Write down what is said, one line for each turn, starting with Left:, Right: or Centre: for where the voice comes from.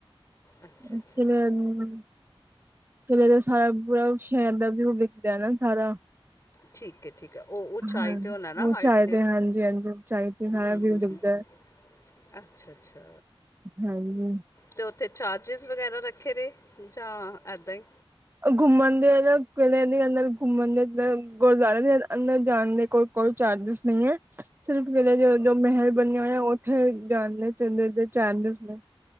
Left: ਅੱਛਾ
Right: ਕਿਵੇਂ
Left: ਅੱਛਾ
Right: <unintelligible> <unintelligible> ਕਿਲੇ ਤੋ ਸਾਰਾ, ਪੂਰਾ ਸ਼ੈਰ ਦਾ ਵੀੳ ਵਿਖਦਾ ਨਾ ਸਾਰਾ।
Left: ਠੀਕ ਠੀਕ ਹੈ। ਉਹ ਉਚਾਈ
Right: ਹਾਂ
Left: ਤੇ ਹੁਨਾ ਨਾ, ਹਾਈਟ
Right: ਉਚਾਈ
Left: ਤੇ
Right: ਹਾਂਜੀ ਹਾਂਜੀ ਉਚਾਈ ਤੇ ਸਾਰਾ
Left: ਹਮ-ਹਮ-ਹ-ਹ
Right: ਵਿਊ ਦਿਖਦਾ ਹੈ,
Left: ਅੱਛਾ-ਅੱਛਾ।
Right: ਹਾਂਜੀ।
Left: ਤੇ ਔਥੇ ਚਾਰਜਿਸ ਵਗੈਰਾ ਰੱਖੇ ਨੇ, ਜਾਂ ਐਦਾਂ ਈ।
Right: ਘੁੰਮਣ ਦੇ ਕਹਿੰਦੇ ਅੰਦਰ ਘੁੰਮਣ ਦੇ, ਗੁਰਦੁਰੇ ਦੇ ਅੰਦਰ ਜਾਣ ਦੇ ਕੋਈ ਕੋਈ ਚਾਰਜਿਸ ਨਈ ਏ। ਸਿਰਫ ਕਿਲੇ ਜੋ ਜੋ ਮਹਿਲ ਬਣਿਆ ਹੋਇਆ, ਓਥੇ ਜਾਣਦੇ ਚਾਰਜਿਸ ਨੇ।